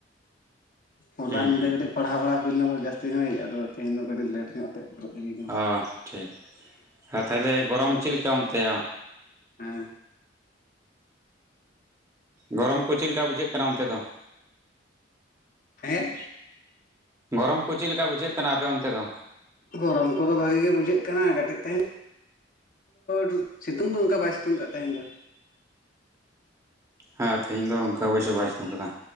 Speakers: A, on the left; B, on the right.
A: ᱦᱚᱞᱟ
B: ᱦᱩᱸ
A: ᱧᱤᱫᱟᱹ
B: ᱦᱩᱸ
A: ᱠᱟᱹᱴᱤᱡ
B: ᱦᱩᱸ
A: ᱯᱟᱲᱟᱣ ᱵᱟᱲᱟ ᱦᱩᱭ ᱞᱮᱱᱟ ᱫᱚ ᱡᱟᱹᱥᱛᱤ ᱜᱷᱟᱹᱲᱤᱡ ᱟᱫᱚ ᱛᱮᱦᱮᱧ ᱫᱚ ᱠᱟᱹᱴᱤᱡ ᱞᱮᱴ ᱧᱚᱜ ᱛᱮ ᱵᱮᱨᱮᱫ ᱦᱩᱭ ᱠᱟᱱᱟ
B: ᱚ ᱴᱷᱤᱠ ᱟᱨ ᱛᱟᱦᱚᱞᱮ ᱜᱚᱨᱚᱢ ᱪᱮᱫ ᱞᱮᱠᱟ ᱚᱱᱛᱟ?
A: ᱦᱮᱸ,
B: ᱜᱚᱨᱚᱢ ᱠᱚ ᱪᱮᱫ ᱞᱮᱠᱟ ᱵᱩᱡᱷᱟᱹᱜ ᱠᱟᱱᱟ ᱚᱱᱛᱮ ᱫᱚ?
A: ᱦᱮᱸ,
B: ᱜᱚᱨᱚᱢ ᱠᱚ ᱪᱤᱜ ᱞᱮᱠᱟ ᱵᱩᱡᱷᱟᱹᱜ ᱠᱟᱱᱟ ᱟᱯᱮ ᱚᱱᱛᱮ ᱫᱚ?
A: ᱜᱚᱨᱚᱢ ᱠᱚᱫᱚ ᱵᱷᱟᱜᱤ ᱜᱮ ᱵᱩᱡᱷᱟᱹᱜ ᱠᱟᱱᱟ ᱠᱟᱹᱴᱤᱡ ᱛᱮᱧ ᱫᱚ ᱥᱤᱛᱩᱝ ᱫᱚ ᱚᱱᱠᱟ ᱵᱟᱭ ᱥᱤᱛᱩᱝ ᱠᱟᱫ ᱛᱟᱦᱮᱸ ᱫᱚ
B: ᱦᱮᱸ ᱛᱮᱦᱧ ᱫᱚ ᱚᱱᱠᱟ ᱚᱵᱚᱥᱭ ᱵᱟᱭ ᱥᱤᱛᱩᱝ ᱟᱠᱟᱫᱟ᱾